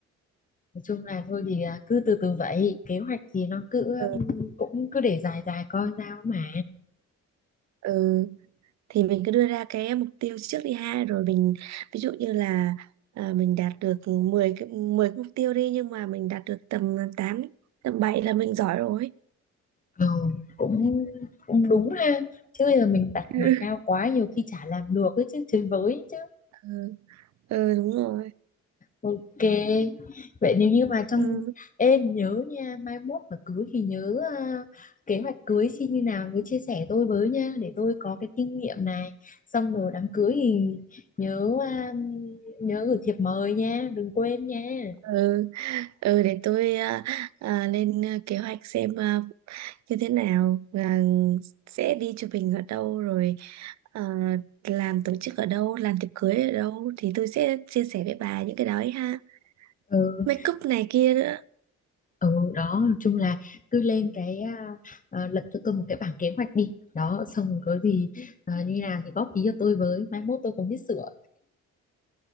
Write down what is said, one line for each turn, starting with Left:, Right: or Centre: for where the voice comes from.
Left: nói chung là thôi thì à, cứ từ từ vậy kế hoạch thì nó cứ
Right: ừ.
Left: um, cũng cứ để dài dài coi sao mà
Right: ừ. thì mình cứ đưa ra cái mục tiêu trước đi ha rồi mình ví dụ như là à, mình đạt được 10 cái 10 cái mục tiêu đi nhưng mà mình đạt được tầm tám tầm bảy là mình giỏi rồi
Left: ừ, cũng cũng đúng ha chứ bây giờ mình đặt
Right: <laughs>
Left: mà cao quá nhiều khi chả làm được ấy chứ chơi với chứ
Right: ừ, ừ đúng rồi
Left: ok vậy nếu như mà trong
Right: ừ,
Left: em nhớ nha mai mốt mà cưới thì nhớ à, kế hoạch cưới xin như nào cứ chia sẻ tôi với nha để tôi có cái kinh nghiệm này xong rồi đám cưới thì nhớ à, nhớ gửi thiệp mời nha đừng quên nha
Right: ừ, ừ để tôi à, à, lên à, kế hoạch xem à, như thế nào và sẽ đi chụp hình ở đâu rồi à, làm tổ chức ở đâu làm tiệc cưới ở đâu thì tôi sẽ chia sẻ với bà những cái đó ấy ha
Left: ừ
Right: make up này kia nữa
Left: ừ đó nói chung là cứ lên cái à, à, lập cho tôi một cái bảng kế hoạch đi đó xong rồi có gì à, như nào thì góp ý cho tôi với mai mốt tôi còn biết sửa